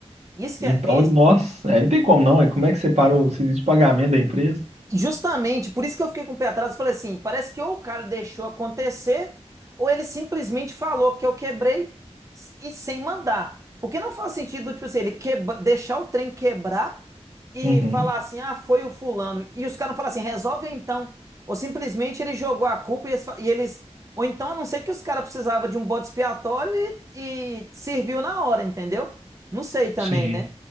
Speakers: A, on the right; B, on the right.
A: Isso que
B: Então,
A: é tenso.
B: nossa, aí não tem como não, hein? Como é que separa o serviço de pagamento da empresa?
A: Justamente, por isso que eu fiquei com o pé atrás e falei assim: parece que ou o cara deixou acontecer, ou ele simplesmente falou que eu quebrei e sem mandar. Porque não faz sentido, tipo assim, ele quebra, deixar o trem quebrar e
B: Uhum,
A: falar assim: ah, foi o fulano. E os caras não falam assim: resolve então. Ou simplesmente ele jogou a culpa e eles. fa- e eles- ou então, a não ser que os caras precisavam de um bode expiatório e, e serviu na hora, entendeu? Não sei também,
B: sim.
A: né?